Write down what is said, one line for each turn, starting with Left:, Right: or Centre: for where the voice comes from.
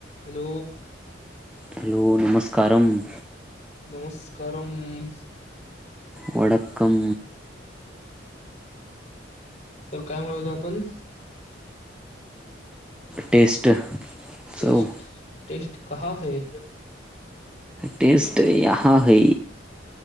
Left: हॅलो.
Centre: हॅलो, नमस्कारम्म.
Left: नमस्कारम्म.
Centre: वडक्कम
Left: तर काय म्हणत होतो आपण.
Centre: टेस्ट चव
Left: टेस्ट टेस्ट. कहा है.
Centre: टेस्ट यहा है.